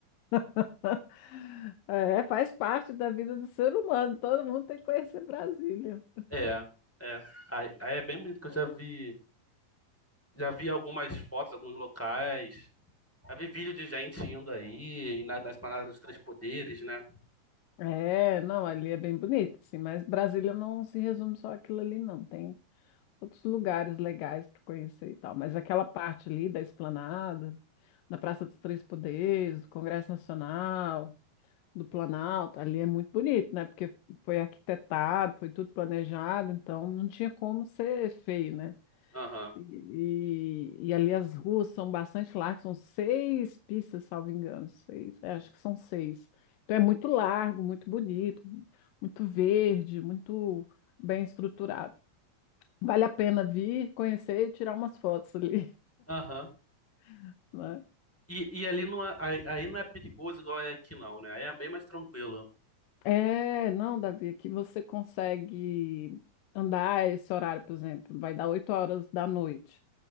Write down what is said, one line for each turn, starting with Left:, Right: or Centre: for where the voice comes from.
Left: <laughs> É, faz parte da vida do ser humano. Todo mundo tem que conhecer Brasília.
Centre: É, é. Aí, aí é bem bonito que eu já vi, já vi algumas fotos, alguns locais. Já vi vídeo de gente indo aí, na- nas palavras dos três poderes, né?
Left: É, não, ali é bem bonito, assim, mas Brasília não se resume só aquilo ali, não. Tem outros lugares legais para conhecer e tal. Mas aquela parte ali da Esplanada, da Praça dos Três Poderes, do Congresso Nacional, do Planalto, ali é muito bonito, né? Porque foi arquitetado, foi tudo planejado, então não tinha como ser feio, né?
Centre: Aham,
Left: E, e ali as ruas são bastante largas, são seis pistas, salvo engano, seis, é, acho que são seis. Então é muito largo, muito bonito, muito verde, muito bem estruturado. Vale a pena vir, conhecer e tirar umas fotos ali,
Centre: aham.
Left: <laughs> né?
Centre: E, e ali não é, aí aí não é perigoso igual é aqui, não, né? Aí é bem mais tranquilo.
Left: É, não, Davi, aqui você consegue andar esse horário, por exemplo, vai dar oito horas da noite.